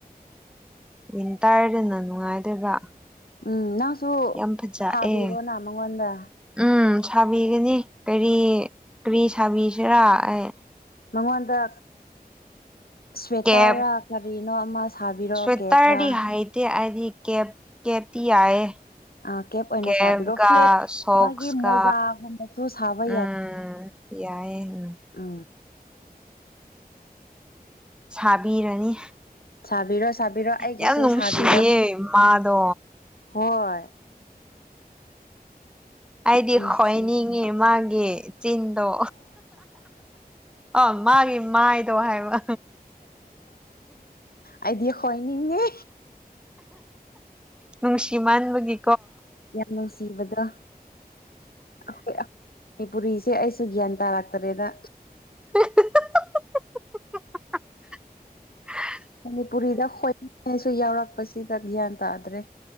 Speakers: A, in the centre; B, on the left.
A: ꯋꯤꯟꯇ꯭ꯔꯗꯅ ꯅꯨꯡꯉꯥꯏꯗꯣꯏꯕ
B: ꯎꯝ ꯅꯪꯁꯨ
A: ꯌꯥꯝ ꯐꯖꯑꯦ
B: ꯁꯥꯕꯤꯔꯣꯅ ꯃꯉꯣꯟꯗ
A: ꯎꯝ ꯁꯥꯕꯤꯒꯅꯤ ꯀꯔꯤ ꯀꯔꯤ ꯁꯥꯕꯤꯁꯤꯔꯥ ꯑꯦ
B: ꯃꯉꯣꯟꯗ ꯁ꯭ꯋꯦꯇꯔ
A: ꯀꯦꯞ
B: ꯔ ꯀꯔꯤꯅꯣ ꯑꯃ ꯁꯥꯕꯤꯔꯣ
A: ꯁ꯭ꯋꯦꯇꯔꯗꯤ
B: ꯀꯦꯞꯔꯥ
A: ꯍꯩꯇꯦ ꯑꯩꯗꯤ ꯀꯦꯞꯇꯤ ꯌꯥꯏꯌꯦ
B: ꯑꯥ ꯑꯣꯏꯅ
A: ꯀꯦꯞ
B: ꯁꯥꯕꯤꯔꯣ
A: ꯀ
B: ꯐ꯭ꯂꯦꯠ
A: ꯁꯣꯛꯁ
B: ꯃꯥꯒꯤ
A: ꯀ
B: ꯃꯣꯖꯥꯒꯨꯝꯕꯁꯨ ꯁꯥꯕ
A: ꯎꯝ ꯌꯥꯏꯑꯦ ꯎꯝ
B: ꯑ
A: ꯁꯥꯕꯤꯔꯅꯤ
B: ꯁꯥꯕꯤꯔꯣ ꯁꯥꯕꯤꯔꯣ ꯑꯩꯒꯤꯁꯨ
A: ꯌꯥꯝ ꯅꯨꯡꯁꯤꯌꯦ
B: ꯁꯥꯕꯤꯔꯣ
A: ꯃꯥꯗꯣ
B: ꯍꯣꯏ
A: ꯑꯩꯗꯤ
B: ꯅꯨꯡꯁꯤ
A: ꯈꯣꯏꯅꯤꯡꯉꯦ ꯃꯥꯒꯤꯦ ꯆꯤꯟꯗꯣ ꯑ ꯃꯥꯒꯤ ꯃꯥꯏꯗꯣ ꯍꯥꯏꯕ
B: ꯑꯩꯗꯤ ꯍꯣꯏꯅꯤꯡꯉꯤ
A: ꯅꯨꯡꯁꯤ ꯃꯥꯟꯕꯒꯤ
B: ꯌꯥꯝ ꯅꯨꯡꯁꯤꯕꯗ ꯑꯩꯈꯣꯏ ꯄꯨꯔꯤꯁꯦ ꯑꯩꯁꯨ ꯒ꯭ꯌꯥꯟ ꯇꯥꯔꯛꯇꯔꯦꯗ
A: <unintelligible>
B: ꯃꯅꯤꯄꯨꯔꯤꯗ ꯈꯣꯏꯅꯤꯡꯉꯩꯁꯨ ꯌꯥꯎꯔꯛꯄꯁꯤꯗ ꯒ꯭ꯌꯥꯟ ꯇꯥꯗ꯭ꯔꯦ